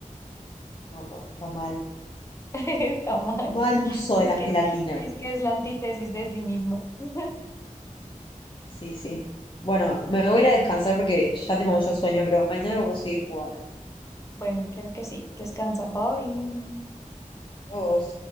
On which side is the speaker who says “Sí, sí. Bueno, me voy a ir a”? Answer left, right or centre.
Left